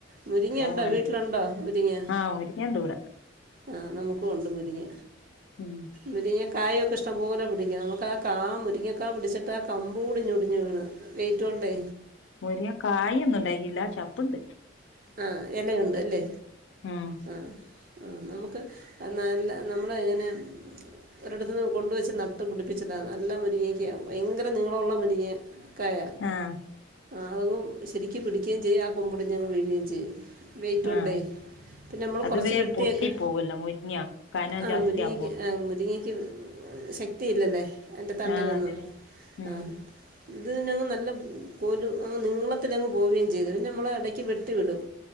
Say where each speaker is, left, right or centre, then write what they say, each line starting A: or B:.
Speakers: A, on the right (about 45°); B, on the left (about 70°).
A: മുരിങ്ങണ്ടോ
B: വേണ്ടേ
A: വീട്ട് ലൊണ്ടോ മുരിങ്ങ
B: ആഹ് മുരിങ്ങണ്ട് ഇവിടെ
A: ആഹ്. നമുക്ക് ഒണ്ട് മുരിങ്ങ
B: ആഹ്
A: മുരിങ്ങ കായൊക്കെ ഇഷ്ടം പോ ലെ പിടിക്കും. അമുക്ക് ആ കാ മുരിങ്ങക്കാ പുടിച്ചിട്ടാ കമ്പൂടി ഒടിഞ്ഞ് വീണ് വെയ്റ്റോണ്ടേ
B: മുരിങ്ങാ കായൊന്നും ണ്ടായിട്ടില്ല ചപ്പ്ണ്ട്
A: ആഹ്. എലയുണ്ട് അല്ലേ.
B: ഉം
A: ആഹ് ആഹ് നമ്മുക്ക് നല്ല നമ്മളെ ങ്ങനെ ഒരിടത്തൂന്ന് കൊണ്ടുവെച്ച് നട്ട് പുടിപ്പിച്ചതാന്ന്. നല്ല മുരിങ്ങക്കയാവും. വയങ്കര നീളോള്ള മുരിങ്ങ ക്കായ
B: ആഹ്
A: ആഹ് അതും ശെരിക്ക് പിടിക്കേയും ചെയ്യും. ആ കൊമ്പൊടിഞ്ഞങ്ങ് വീഴുകയും ചെയ്യും. വെയ്‌റ്റോണ്ടേ
B: ആഹ്
A: പിന്നെ മ്മള്
B: അത്
A: കൊറച്ച്
B: വേം
A: വെട്ടിയൊക്കെ
B: പൊട്ടി പോവല്ലോ മുരിങ്ങ കനം
A: ആഹ്
B: ജാസ്തി
A: മുരിങ്ങക്ക്
B: ആവുമ്പോ
A: ആഹ് മുരിങ്ങയ് ക്ക് ശക്തിയില്ലല്ലേ അയിൻ്റെ തണ്ടിനൊന്നും
B: ആഹ് അതിന് ഉം
A: ആഹ് ഇത് നങ്ങ് നല്ല കോലു അങ്ങ് നിളത്തിലങ്ങ് പോവ്വേം ചെയ്ത്. പിന്നെ അമ്മളെ എടയ്ക്ക് വെട് ട്ടി വിടും.